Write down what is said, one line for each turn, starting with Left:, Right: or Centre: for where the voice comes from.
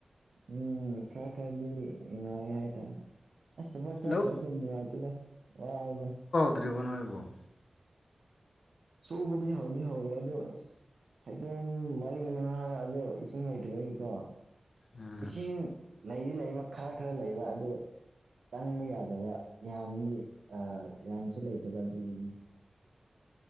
Right: ꯎꯝ ꯈꯔ ꯈꯔꯗꯤ ꯅꯨꯡꯉꯥꯏꯌꯦ ꯍꯥꯏꯇꯥꯔꯦ ꯑꯁ ꯊꯕꯛ ꯆꯠꯇ꯭ꯔꯁꯨ
Left: ꯂꯧ
Right: ꯅꯨꯡꯉꯥꯏꯇꯦꯗ ꯋꯥꯏꯌꯦꯗ
Left: ꯇ꯭ꯔꯤꯕꯣ ꯅꯣꯏꯕꯣ
Right: ꯁꯨꯕꯗꯤ ꯍꯧꯗꯤ ꯍꯧꯔꯦ ꯑꯗꯣ ꯑꯁ ꯐꯩꯗꯣꯝ ꯃꯔꯤ ꯃꯉꯥꯔ ꯑꯗꯣ ꯏꯁꯤꯡ ꯂꯩꯇꯕꯒꯤꯀꯣ
Left: ꯎꯝ
Right: ꯏꯁꯤꯡ ꯂꯩꯗꯤ ꯂꯩꯕ ꯈꯔ ꯈꯔ ꯂꯩꯕ ꯑꯗꯨ ꯆꯪꯕ ꯌꯥꯗꯕ ꯌꯥꯝꯗꯤ ꯑ ꯌꯥꯝꯁꯨ ꯂꯩꯇꯕ ꯑꯗꯨꯒꯤꯅꯤ